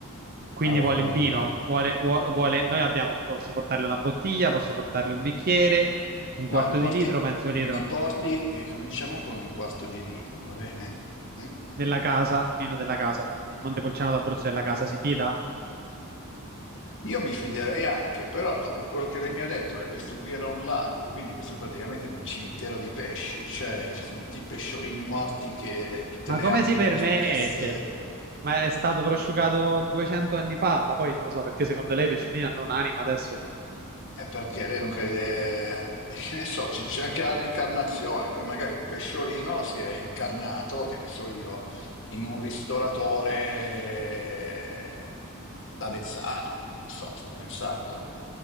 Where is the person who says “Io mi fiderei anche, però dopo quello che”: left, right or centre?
Left